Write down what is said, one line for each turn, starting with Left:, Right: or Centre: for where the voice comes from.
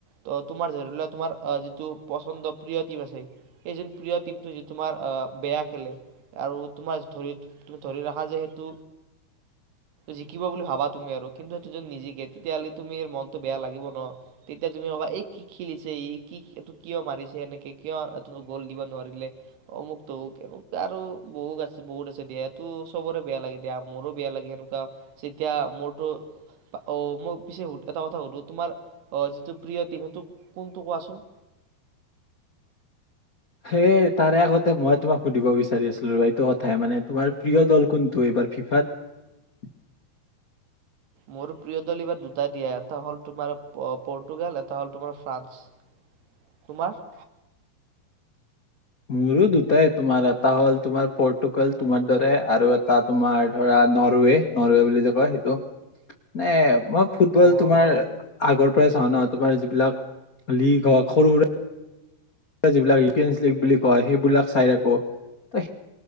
Right: ত তোমাৰ ধৰিলোৱ তোমাৰ যিটো পচন্দ প্ৰিয় টিম আছে। সেই যোন প্ৰিয় টিমটো যিটো আ তোমাৰ বেয়া খেলে আৰু তোমাৰ ধৰি।। তুমি ধৰি ৰাখা যে সেইটো জিকিব বুলি ভাবা। তুমি আৰু কিন্তু সেইটো যদি নিজিকে তেতিয়াহলি তুমিৰ মনতটো বেয়া লাগিব ন? তেতিয়া তুমি কবা এই কি খেলিছে ই কি এইটো কিয় মাৰিছে। এেনেকে কিয় গ'ল দিব নোৱাৰিলে। অমুক তমুক এনেকে আৰু বহুত আছে বহুত আ।। বেয়াটো এইটো চবৰে বেয়া লাগে দিয়া মোৰো বেয়া লাগে। এনেকুৱা যেতিয়া মোৰটো অ' মই পিছে এটা কথা সুধো? তোমাৰ যিটো প্ৰিয় টিম সেইটো কোনটো কোৱাচোন?
Left: সেই তাৰে আগতে মই তোমাক সুধিব বিচাৰি আছিলো? এইটো কথাই মানে তোমাৰ প্ৰিয় দল কোনটো এইবাৰ ফিফাত?
Right: মোৰ প্ৰিয় দল এইবাৰ দুটা দিয়া এটা হ'ল তোমাৰ প পৰ্তুগাল এটা হ'ল তোমাৰ ফ্ৰান্স। তোমাৰ?
Left: মোৰো দুটাই তোমাৰ এটা হ'ল তোমাৰ পৰ্টুগাল তোমাৰ দৰে আৰু এটা তোমাৰ ধৰা নৰৱে, নৰৱে বুলি যে কয় সেইটো মানে।। মই ফুটবল
Right: অ'
Left: তোমাৰ
Right: নল
Left: আগৰ চাওঁ ন তোমাৰ যিবিলাক, লিগ হওঁক সৰু সুৰা যিবিলাক ইপিয় লীগ বুলি কয় সেইবিলাক চাই আকো ত